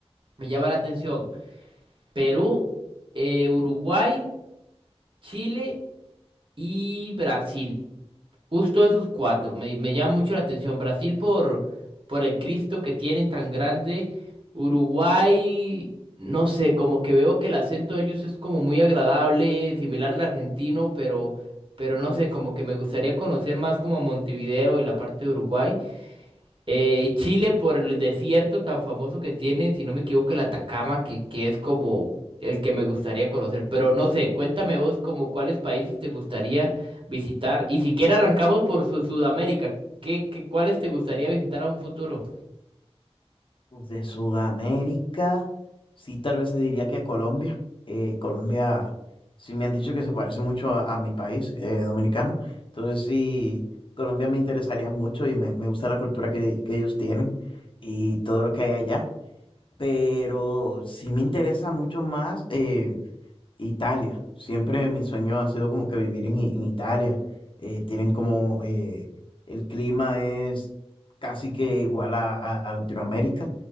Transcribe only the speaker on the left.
Uf, De Sudamérica, sí, tal vez se diría que Colombia. Eh, Colombia, sí me han dicho que se parece mucho a, a mi país, eh, dominicano. Entonces sí, Colombia me interesaría mucho y me, me gusta la cultura que, que ellos tienen y todo lo que hay allá. Pero sí me interesa mucho más. eh, Italia. Siempre mi sueño ha sido como que vivir en, I- en Italia. Eh, tienen como eh, el clima es casi que igual a, a- a Latinoamérica.